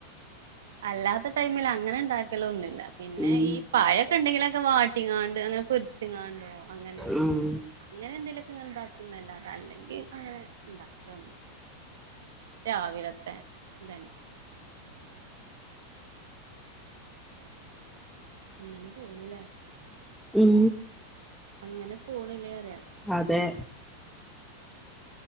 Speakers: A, on the right; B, in the centre.
A: അല്ലാത്ത ടൈമിൽ അങ്ങനെ ഉണ്ടാക്കല ഒന്നുല്ല പിന്നെ
B: ഉം
A: ഈ പായൊക്കെ ഉണ്ടെങ്കിലൊക്കെ വാട്ടിങ്ങാണ്ട് അങ്ങനെ പൊരിച്ച്ങ്ങാണ്ടോ അങ്ങനെ
B: ഉം
A: അങ്ങനെ എന്തേലുമൊക്കെ ഇങ്ങെ ഉണ്ടാക്കുന്നല്ല അത അല്ലെങ്കിൽ അങ്ങനെ ഇണ്ടാക്കണന്ന രാവിലത്തെതന്നെ ഇങ്ങനെ പോണല്ലേ
B: ഉം
A: അങ്ങനെ പോണില്ലേ റയ.
B: അതെ